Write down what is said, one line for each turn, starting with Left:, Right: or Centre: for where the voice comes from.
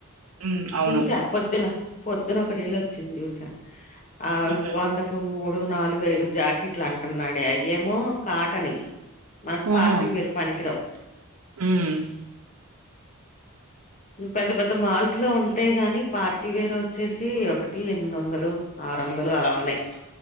Right: ఉమ్ అవును
Left: చూసా పొద్దున పొద్దున ఒక రీలు వచ్చింది చూసా ఆ
Right: ఉహు
Left: వందకి మూడు నాలుగు ఐదు జాకెట్లు అంటున్నాడే అయ్యేమో కాటన్యీ మనకు పార్టీ
Right: ఉహు
Left: వేర్కి పనికి రావు
Right: ఉమ్
Left: ఉమ్ పెద్ద పెద్ద మాల్స్ లో ఉంటయ్ గాని పార్టీ వేర్ వచ్చేసి ఒకటి ఎనిమిది వందలు ఆరు వందలు అలా ఉన్నాయి